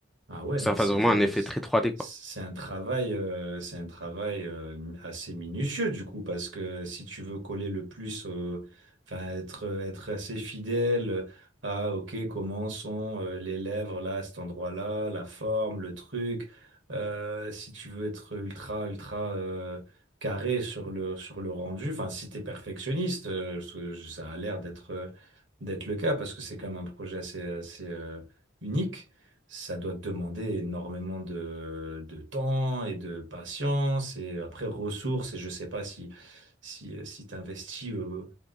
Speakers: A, on the right; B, in the centre.
A: Ah ouais,
B: Que
A: mais
B: ça fasse
A: c'est
B: vraiment
A: des-
B: un effet très 3D,
A: c'est un travail, euh, c'est un travail euh, assez minutieux du coup, parce que si tu veux coller le plus, euh, enfin être être assez fidèle euh, à ok comment sont euh, les lèvres là à cet endroit-là, la forme, le truc, euh, si tu veux être ultra ultra euh, carré sur le sur le rendu, enfin si t'es perfectionniste, euh, ce- ça a l'air d'être euh, d'être le cas parce que c'est quand même un projet assez assez euh, unique ça doit te demander énormément de, de temps et de patience et après ressources et je sais pas si si euh, si t'investis euh,